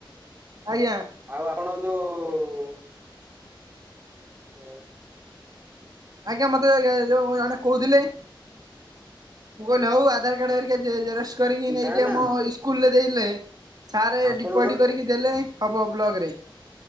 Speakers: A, on the right; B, on the right.
A: ଆଜ୍ଞା
B: ଆଉ ଆଉ ଆପଣ ଯୋଉ ହୁଁ।
A: ଆଜ୍ଞା ମତେ ଆଜ୍ଞା ଯୋଉ ଜଣେ କହୁଥିଲି। ମୁଁ କହିଲି ହଉ ଆଧାର କାର୍ଡ ହେରିକ ଜେରକ୍ସ୍ କରିକି ନେଇକି
B: ନା
A: ଆମ
B: ନା
A: ଇସ୍କୁଲରେ ଦେଇଲେ ସାର୍
B: ଆପଣଙ୍କ
A: ଡିପୋଜିଟ୍ କରିକି ଦେଲେ ହବ ବ୍ଲକ ରେ।